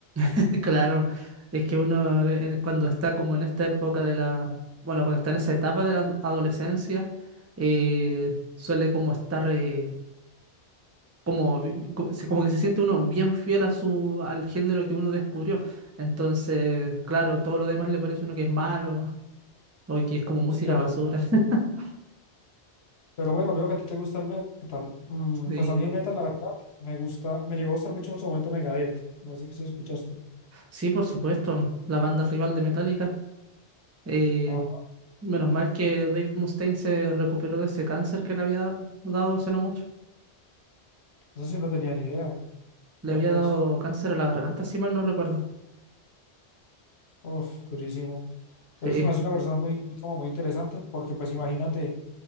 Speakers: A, on the right; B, on the left.
A: <laughs> Claro, es que uno eh, cuando está como en esta época de la, bueno, cuando está en esa etapa de la adolescencia, eh, suele como estar, eh, como, vi- vi- co- se- como que se siente uno bien fiel a su, al género que uno descubrió. Entonces, claro, todo lo demás le parece a uno que es malo o que es como música
B: Sí, obvio.
A: basura. <laughs>
B: Pero bueno, veo que a ti te gusta el metal. Mm,
A: Sí,
B: pues a mí el metal, la verdad, me gusta, me llegó a gustar mucho en su momento Megadeth. No sé si escuchaste.
A: sí, por supuesto, la banda rival de Metallica. Eh,
B: Ah,
A: menos mal que Dave Mustaine se recuperó de ese cáncer que le había dado hace no mucho.
B: eso sí no tenía ni idea. Vea
A: Le había
B: pues,
A: dado cáncer a la garganta, si mal no recuerdo.
B: uf, durísimo. Pero
A: Sí,
B: él se me hace una persona muy, muy como muy interesante, porque pues imagínate.